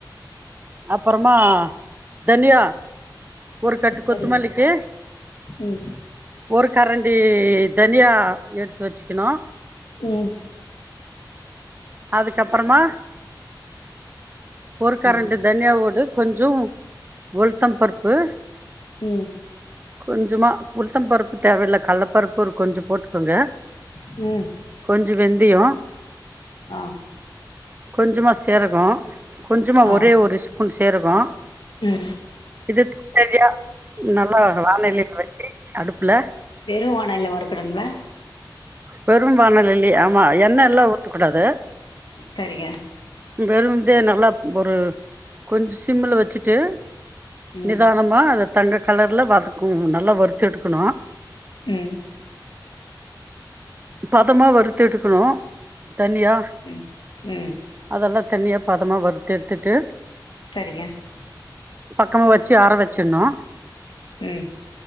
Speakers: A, on the right; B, on the left.
A: அப்பறமா தனியா ஒரு கட்டு கொத்தமல்லிக்கு
B: சரிங்க ம்
A: ஒரு கரண்டி தனியா எடுத்து வச்சுக்கணு
B: ம்
A: அதுக்கப்புறமா ஒரு கரண்டி
B: ம்
A: தனியாவோடு கொஞ்சோ உளுத்தம் பருப்பு
B: ம்
A: கொஞ்சமா உளுத்தம் பருப்பு தேவயில்ல கள்ள பருப்பு ஒரு கொஞ்சோ போட்டுக்கோங்க
B: ஸ்னேச்
A: கொஞ்சோ வெந்தயோ
B: ஆ
A: கொஞ்சமா சீரகோ கொஞ்சமா
B: ஆ
A: ஒரே ஒரு ஸ்பூன் சீரகோ
B: ம்
A: இது சரியா நல்லா வாணலில வெச்சு அடுப்புல
B: வெறு வாணல்ல வருகணுங்களா
A: வெறு வாணலிலயே ஆமா எண்ணலா ஊத்தக்கூடாது
B: சரிங்க
A: வெறு இதே நல்லா ஒரு கொஞ்ச் சிம்ல வெச்சுட்டு
B: ம்
A: நிதானமா அத தங்க கலர்ல வதக்கனோ நல்லா வறுத்து எடுக்கணு
B: ம்
A: பதமா வறுத்தெடுக்கணு தனியா
B: ம் ம்
A: அதெல்லா தனியா பதமா வறுத்தெடுத்துட்டு
B: செரிங்க
A: பக்கமா வெச்சு ஆற வச்சிடணு
B: ம்